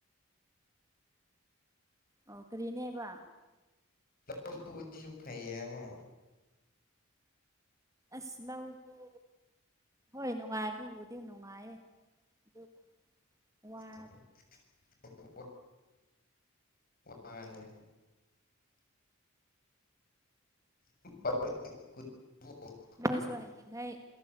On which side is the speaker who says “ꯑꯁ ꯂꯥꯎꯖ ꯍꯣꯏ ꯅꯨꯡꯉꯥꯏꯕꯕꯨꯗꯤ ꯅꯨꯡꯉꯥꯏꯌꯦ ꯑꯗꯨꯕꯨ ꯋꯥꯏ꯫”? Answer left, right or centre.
Right